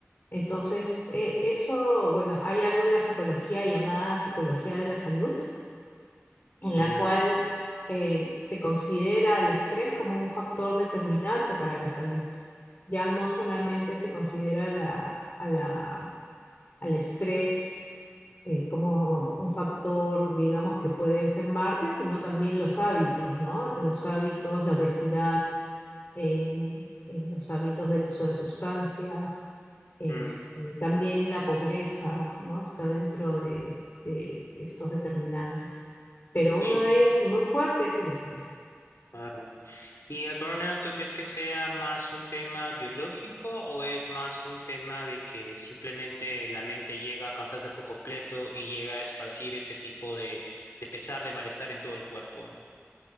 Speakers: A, on the left; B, on the left.
A: Entonces, eh, eso, bueno, hay algo en la psicología llamada psicología de la salud en
B: Ya.
A: la cual eh, se considera el estrés como un factor determinante para la salud. Ya no solamente se considera la- a la- al estrés eh, como un factor, digamos, que puede enfermarte, sino también los hábitos, ¿no? Los hábitos, la obesidad, el- el- los hábitos del uso de sustancias, este,
B: Mm,
A: también la pobreza, ¿no? Está dentro de, de estos determinantes. Pero
B: sí,
A: uno de ellos muy fuerte es el estrés.
B: claro. ¿Y el burnout, tú crees que sea más un tema biológico o es más un tema de que simplemente la mente llega a cansarse por completo y llega a esparcir ese tipo de, de pesar, de malestar en todo el cuerpo?